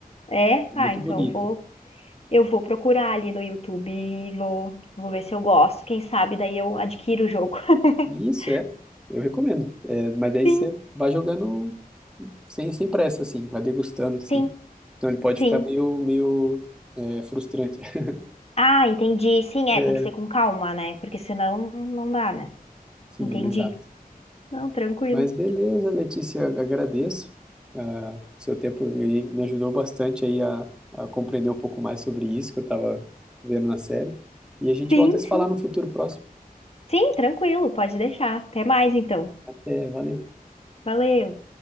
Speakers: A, on the left; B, in the centre.
A: É,
B: é
A: ah,
B: Muito
A: então
B: bonito.
A: vou, eu vou procurar ali no YouTube e vou, vou ver se eu gosto. Quem sabe daí eu adquiro o jogo. <laughs>
B: E Isso é, eu recomendo. É, mas daí
A: Sim,
B: você vai jogando sem, sem pressa, assim, vai degustando, assim.
A: sim,
B: Então ele pode
A: sim.
B: ficar meio, meio é, frustrante. <laughs>
A: Ah, entendi. Sim, é,
B: É,
A: tem que ser com calma, né? Porque senão não dá, né?
B: sim,
A: Entendi.
B: exato.
A: Não, tranquilo.
B: Mas beleza, Letícia, agradeço. ah, seu tempo aí me ajudou bastante aí a, a compreender um pouco mais sobre isso que eu estava vendo na série. E a gente
A: Sim,
B: volta a se falar
A: sim.
B: no futuro próximo.
A: Sim, tranquilo, pode deixar. Até mais então.
B: Até, valeu.
A: Valeu.